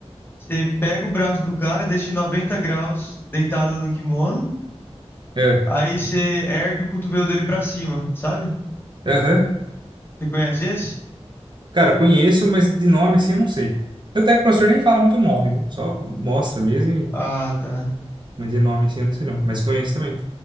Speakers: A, on the left; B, on the right.
A: você pega o braço do cara, deixa em 90 graus deitado no kimono,
B: é,
A: aí você ergue o cotovelo dele pra cima, sabe?
B: aham.
A: Você conhece esse?
B: Cara, conheço, mas de nome, assim, eu não sei. Tanto é que o professor nem fala muito nome, viu? Só mostra mesmo, e-
A: Ah, tá.
B: mas de nome, assim, eu não sei não. Mas conheço também.